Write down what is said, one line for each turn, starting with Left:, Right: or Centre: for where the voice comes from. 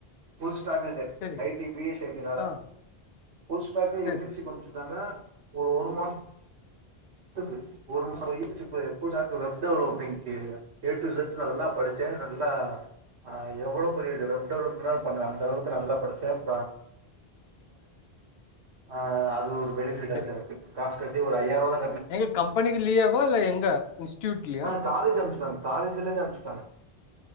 Right: புல்ஸ் சாட்டர்டே
Left: சேரி
Right: I D B S C I டினால
Left: ஆ
Right: புஸ் <unintelligible> அணுப்ச்சுடாங்க
Left: சேரி
Right: ஒரு ஒரு மாசம் <unintelligible> web developing A to Z நல்லா படிச்சேன் நல்லா ஆஹ் எவ்ளோ பெரிய வெப் டெவலப் லாம் பண்ண அந்த அளவுக்கு நல்லா படிச்சேன் ஆ <unintelligible> ஆ அது ஒரு பெனிபிட்
Left: சேரி
Right: ஆச்சு எனக்கு காசு கட் ஒரு ஐயாருவா
Left: எங்க கம்பெனிக்குலீியாவா இல்ல எங்க இன்ஸ்டூட்லியா
Right: ஆ காலேஜ் அமுச்சுட்டாங்க காலேஜ்ல இருந்து அனுப்புச்சுிட்டாங்க